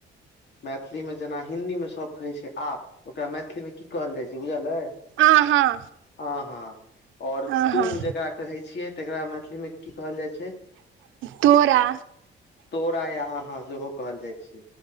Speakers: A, on the left (about 60°); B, on the right (about 80°).
A: मैथिली मे जेना हिन्दी मे सब कहै छै आप ओकरा मैथिली मे की कहल जाइ छै बुझल अइ
B: आहाँ
A: अहाँ आओर
B: आहाँ
A: तूम जेकरा कहे छियै त एकरा मैथिलीमे की कहल जाय छै
B: तोरा
A: तोरा या अहाँ सेहो कहल जाइ छै